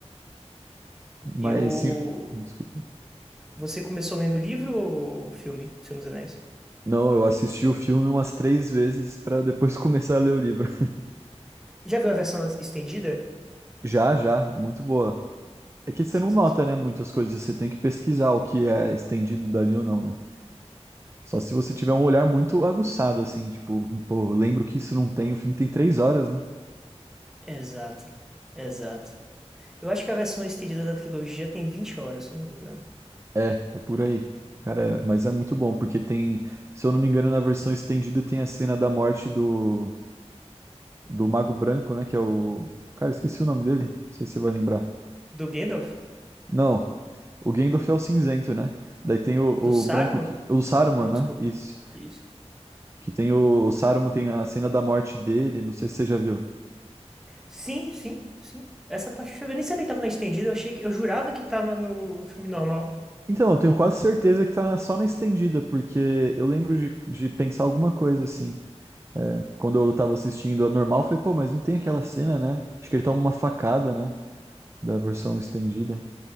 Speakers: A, on the right; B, in the centre.
A: Mas,
B: Eu...
A: sim... Desculpa.
B: Você começou lendo o livro ou o filme, do Senhor dos Anéis?
A: Não, eu assisti o filme umas três vezes pra depois <laughs> começar a ler o livro.
B: Já viu a versão estendida?
A: Já, já, é muito boa. É que você
B: Sensacional.
A: não nota, né, muitas coisas, você tem que pesquisar o que é estendido dali ou não, né? Só se você tiver um olhar muito aguçado, assim, tipo, pô, eu lembro que isso não tem, o filme tem três horas, né?
B: Exato, exato. Eu acho que a versão estendida da trilogia tem 20 horas, se eu não me engano.
A: É, é por aí. Cara, é- mas é muito bom, porque tem, se eu não me engano, na versão estendida tem a cena da morte do, do Mago Branco, né, que é o... Cara, esqueci o nome dele, não sei se você vai lembrar.
B: Do Gandalf?
A: Não, o Gandalf é o cinzento, né? Daí tem o,
B: Do Saruman?
A: o branco que... O Saruman,
B: Não,
A: né?
B: desculpa.
A: Isso.
B: Isso.
A: Que tem o, o Saruman, tem a cena da morte dele, não sei se você já viu.
B: Sim, sim, sim. Essa parte eu nem sabia que tava na estendida, eu achei que eu jurava que tava no filme normal.
A: Então, eu tenho quase certeza que tá só na estendida, porque eu lembro de, de pensar alguma coisa assim. Quando eu tava assistindo a normal, eu falei, pô, mas não tem aquela cena, né? Acho que ele toma uma facada, né? Da versão estendida.